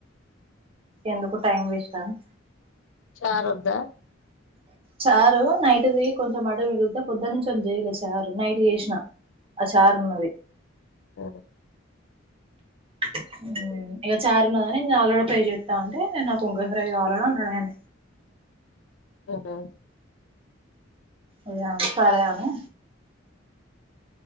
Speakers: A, on the right (about 30°); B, on the left (about 70°).
A: ఎందుకు టైం వేస్ట్ అని
B: చరోద్దా
A: చారు నైట్ది కొంచెం మడ మిగిలితే పొద్దున్న నుంచి చేయలే చారు నైట్ చేసిన ఆ చారు ఉన్నది
B: ఆ
A: అ ఇక చారున్నదని నే ఆలు గడ్డ ఫ్రై చేస్తా అంటే నాకు వంకాయ్ ఫ్రై కావాలని అన్నాడు ఆయన
B: ఓహో
A: ఇగ సరే అని